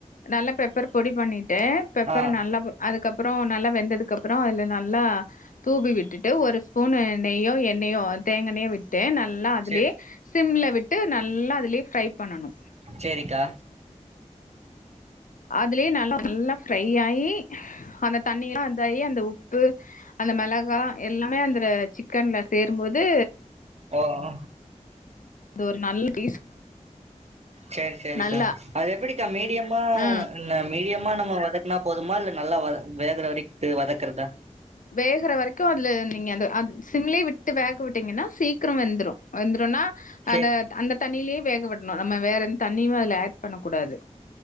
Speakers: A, on the left; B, on the right.
A: நல்ல பெப்பர் பொடி பண்ணிட் டே பெப்பர்
B: ஆ
A: நல்லாப்பு அதுக்கப்புறோ நல்லா வெந்ததுக்குப்புற ட்டா அதுல நல்லா தூவி விட் ட்டுட்டு ஒரு ஸ்பூன்னு நெய்யோ எண்ணயோ தேங்கனைய விட்டு நல் ல்ல அதுலயே
B: சே
A: சிம்ல விட் விட்டு நல்லா அதுலேயே ஃப்ரை பண்ணணு
B: செரிக்கா
A: அதுலயே நல்லா நல்லா ஃப்ரை ஆயி அந்த தண்ணியல்லா அதயி அந்த உப் பு அந்த மெளகா எல்லாமே அந்தர சிக்கன்ல சேரும்போது
B: அஅ
A: அது ஒரு நல்ல <inaudible>
B: சேரி சேரிக்கா
A: நல்லா
B: அது எப்படிக்கா மீடியமா
A: ஆ
B: இல்ல மீடியம் மா நம்ம வதக்குனா போதுமா இல்ல நல்லா வேகுற வரைக்கு வதக்குறதா
A: வேகற வரைக்கும் அதுல நீங்க அ அ சிம்ள விட்டு வேக விட்டீங்கன்னா சீக்கிரம் வெந்துரும் வெந்துரும்னா
B: சேரி
A: அத அந்த தண்ணியிலேயே வேகவிடணும் நம்ம வேற எந்த தண்ணியும் அதுல ஆட் பண்ண கூடாது